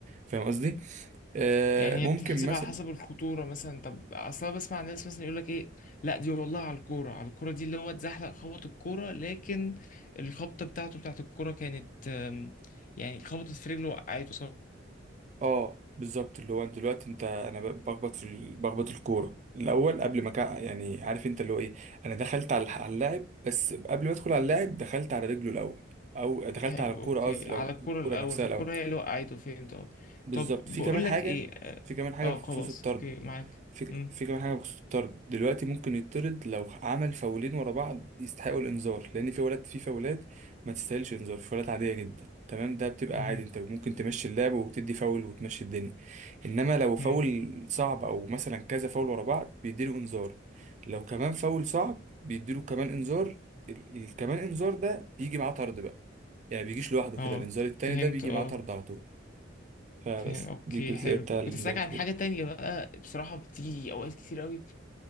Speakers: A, on the right (about 40°); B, on the left (about 40°).
A: فاهم قصدي آه،
B: يعني
A: ممكن
B: هي بتتحسب
A: مثلا
B: على حسب الخطورة مثلا طب أصلا بسمع ناس مثلا يقول لك إيه لا دي والله على الكورة على الكورة دي اللي هو اتزحلق خبط الكورة لكن الخبطة بتاعته بتاعت الكورة كانت آم، يعني خبطت في رجله وقعته صح
A: اه بالظبط اللي هو انت دلوقتي انت انا ب- بخبط في ال- بخبط الكوره الاول قبل ما كا- يعني عارف انت اللي هو ايه انا دخلت على الح- على اللاعب بس قبل ما ادخل على اللاعب دخلت على رجله الاول او دخلت
B: حلو
A: على الكوره
B: أوكي
A: قصدي الاول
B: على الكورة
A: الكوره
B: الأول
A: نفسها
B: فالكورة
A: الاول
B: هي اللي وقعته فهمت أه
A: بالظبط
B: طب
A: في
B: بقول
A: كمان حاجة
B: لك إيه أه
A: في كمان حاجة
B: آه،
A: في
B: خلاص
A: خصوص الطرد
B: أوكي معاك
A: في,
B: مم،
A: في كمان حاجة بخصوص الطرد دلوقتي ممكن يطرد لو عمل فاولين ورا بعض يستحقوا الإنذار لأن في ولاد في فاولات ما تستاهلش إنذار في فاولات عادية جدا تمام ده بتبقى
B: مهم،
A: عادي أنت ممكن تمشي اللعب وتدي فاول وتمشي الدنيا إنما لو فاول
B: مم،
A: صعب أو مثلا كذا فاول ورا بعض بيديله إنذار لو كمان فاول صعب بيديله كمان إنذار ال- ال- كمان إنذار ده بيجي معاه طرد بقى يعني بيجيش لوحده
B: أه
A: كده الإنذار التاني
B: فهمت
A: ده بيجي
B: أه
A: معاه طرد على طول فبس
B: فاهم اوكي
A: دي الجزئية
B: حلو
A: بتاع الانذار
B: كنت اسالك
A: كده
B: عن حاجه تانية بقى بصراحه بتيجي اوقات كتير قوي